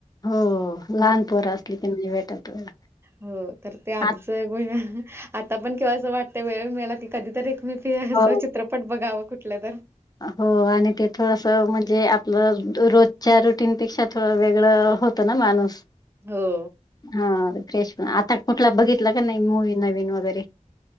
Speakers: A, on the left (about 30°); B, on the right (about 20°).
A: हो लहान पोरं असली की नाही भेटत. वेळ.
B: हो तर ते आधीच
A: आत
B: ग आता पण केव्हा असं वाटत. त्या वेळ मला की कधी तर एक मी फि असं
A: हो.
B: चित्रपट बघावं कुठलं तर
A: हो आणि ते थोडस म्हणजे आपलं रोजच्या रुटीनपेक्षा थोडं वेगळं होत. ना माणूस
B: हो.
A: हा फ्रेश प आता कुठला बघितलं का नाही मूवी नवीन वगैरे